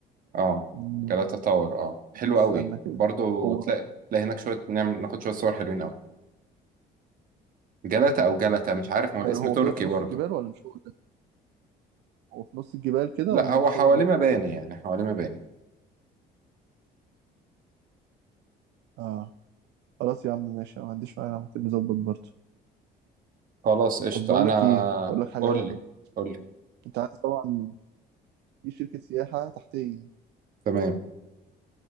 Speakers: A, on the right (about 55°); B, on the right (about 80°).
A: اه
B: مم،
A: جلاتا تاور اه حلو
B: استنى
A: قوي
B: كده
A: برضو
B: هو
A: تلاقي تلاقي هناك شوية نعمل ناخد شوية صور حلوين قوي جلاتا او جلاتا مش عارف
B: حلو
A: ما هو الاسم
B: هو
A: تركي
B: كده في نص
A: برضو
B: الجبال ولا مش هو ده هو في نص الجبال كده
A: لا
B: ولا
A: هو
B: مش
A: حواليه
B: هو ده
A: مباني يعني حواليه مباني
B: اه خلاص يا عم ماشي أنا ما عنديش مانع ممكن نظبط برضه
A: خلاص قشطة
B: طب بقول
A: انا
B: لك ايه اقول لك حاجة
A: قول
B: حلوة
A: لي قول لي
B: انت عارف طبعا في شركة سياحة تحتية
A: تمام